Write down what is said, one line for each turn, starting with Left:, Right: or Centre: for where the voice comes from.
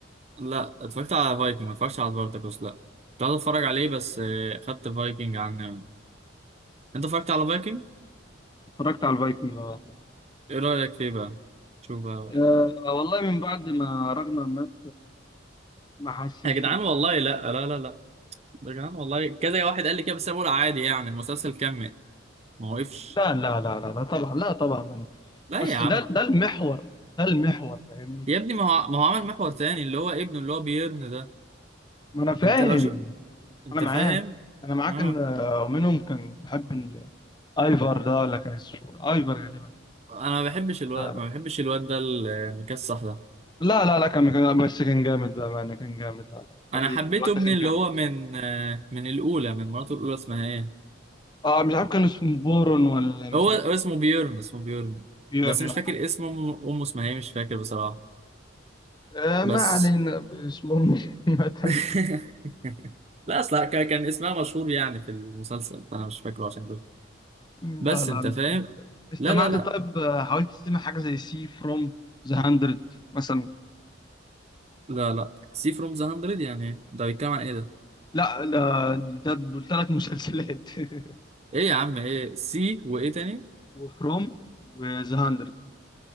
Right: لا اتفرجت على فايكنج ما اتفرجتش على سبارتاكوس لا كنت عايز اتفرج عليه بس آه، خدت فايكنج عنه يعني انت اتفرجت على فايكنج
Left: اتفرجت على الفايكنج اه
Right: ايه رايك فيه بقى شوف بقى
Left: آه، والله من بعد ما راجنر مات ما حسيتش
Right: يا جدعان والله لا لا لا لا يا جدعان والله كذا واحد قال لي كده بس انا بقول عادي يعني المسلسل كمل ما وقفش
Left: لا لا لا لا لا طبعا لا طبعا من.
Right: لا
Left: بس
Right: يا عم
Left: ده ده المحور ده المحور فاهمني
Right: يا ابني ما هو ما هو عمل محور تاني اللي هو ابنه اللي هو بيرن ده
Left: ما انا فاهم
Right: انت لو شو انت
Left: انا معاك
Right: فاهم
Left: انا معاك
Right: اه
Left: ان آه، منهم كان بحب ايفر ده ولا كان اسمه ايفر غالبا
Right: انا ما بحبش الواد
Left: آه.
Right: ما بحبش الواد ده المكسح ده
Left: لا لا لا كان كان- بس كان جامد بقى معنى كان جامد لا لا
Right: انا
Left: الراجل
Right: حبيت
Left: الواد
Right: ابني
Left: ده كان
Right: اللي
Left: جامد
Right: هو من آه، من الاولى من مراته الاولى اسمها ايه
Left: اه مش عارف كان اسمه بورون ولا مش
Right: هو
Left: عارف
Right: هو اسمه بيرن اسمه بيرن
Left: بيورن
Right: بس مش فاكر اسمه امه أمه اسمها ايه مش فاكر بصراحة
Left: آه
Right: بس
Left: ما علينا اسمه <laughs>
Right: <laughs> لا اصلا كان كان اسمها مشهور يعني في المسلسل فانا مش فاكره عشان كده
Left: لا
Right: بس
Left: لا
Right: انت
Left: مش
Right: فاهم
Left: استمعت
Right: لا لا لا
Left: طيب آه، حاولت تستمع حاجة زي سي فروم ذا 100 مثلا
Right: لا لا سي فروم ذا 100 يعني ده بيتكلم عن ايه ده
Left: لا لا دي- ده دول ثلاث مسلسلات <laughs>
Right: ايه يا عم ايه سي وايه تاني
Left: وفروم وذا 100